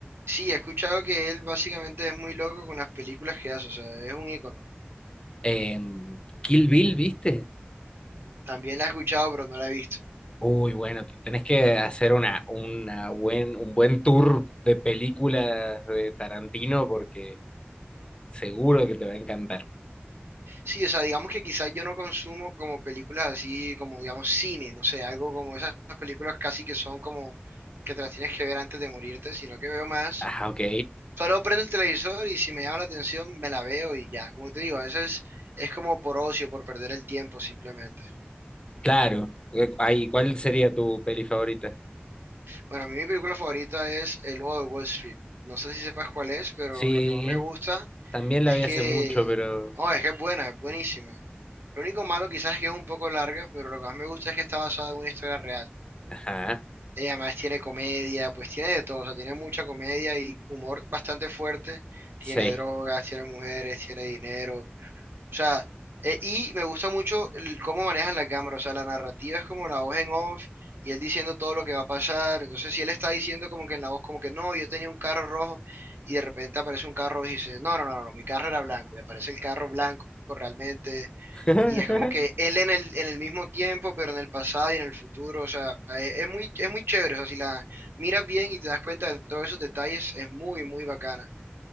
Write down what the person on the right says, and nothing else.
Sí, he escuchado que él básicamente es muy loco con las películas que hace, o sea, es un ícono.
También la he escuchado, pero no la he visto.
Sí, o sea, digamos que quizás yo no consumo como películas así, como digamos cine, no sé, algo como esas películas casi que son como que te las tienes que ver antes de morirte, sino que veo más.
Solo prendo el televisor y si me llama la atención me la veo y ya. Como te digo, a veces es como por ocio, por perder el tiempo simplemente.
Bueno, a mí mi película favorita es El Lobo de Wall Street. No sé si sepas cuál es, pero
lo que más me gusta
Es
que,
no, es que es buena, es buenísima. Lo único malo quizás es que es un poco larga, pero lo que más me gusta es que está basada en una historia real.
Ella además tiene comedia, pues tiene de todo, o sea, tiene mucha comedia y humor bastante fuerte. Tiene
drogas, tiene mujeres, tiene dinero. O sea, eh, y me gusta mucho el- cómo manejan la cámara, o sea, la narrativa es como la voz en off y él diciendo todo lo que va a pasar. Entonces, si él está diciendo como que en la voz, como que no, yo tenía un carro rojo y de repente aparece un carro rojo y dice, no, no, no, no, mi carro era blanco y aparece el carro blanco realmente.
Y es como que él en el, en el mismo tiempo, pero en el pasado y en el futuro, o sea, eh, es muy, es muy chévere, o sea, si la miras bien y te das cuenta de todos esos detalles, es muy, muy bacana.